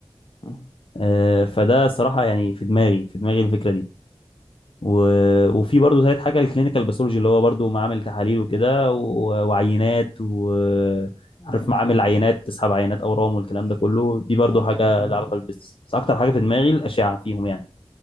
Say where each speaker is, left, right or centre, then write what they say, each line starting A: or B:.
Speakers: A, on the left; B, on the left.
A: إمم،
B: آه، فده صراحه يعني في دماغي في دماغي الفكره دي و... وفي برضو ثالث حاجه الكلينيكال باثولوجي اللي هو برضو معامل تحاليل وكده و... وعينات وعارف
A: أيوه
B: معامل
A: فاهمك
B: عينات
A: آه،
B: تسحب عينات اورام والكلام ده كله دي برضو
A: أيوه،
B: حاجه
A: أيوه فاهمك
B: لها علاقه بالبيزنس بس اكتر حاجه في دماغي الاشعه فيهم يعني